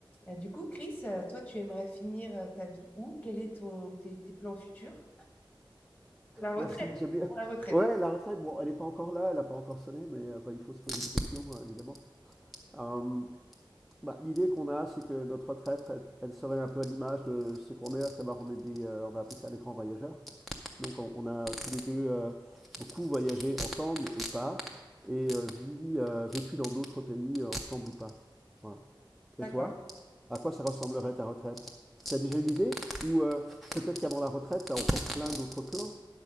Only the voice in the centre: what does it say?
Merci, j'aime bien.
Ouais, la retraite, bon, elle n'est pas encore là, elle n'a pas encore sonné, mais euh, bah, il faut se poser des questions, euh, évidemment. Euh, bah, l'idée qu'on a, c'est que notre retraite, elle, elle serait un peu à l'image de ce qu'on est, à savoir, on est des, euh, on va appeler ça des grands voyageurs. Donc, on, on a tous les deux euh, beaucoup voyagé ensemble et pas, et euh, vie, euh, vécu dans d'autres pays euh, ensemble ou pas. Voilà.
Et toi, à quoi ça ressemblerait ta retraite? Tu as déjà une idée? Ou euh, peut-être qu'avant la retraite, tu as encore plein d'autres plans?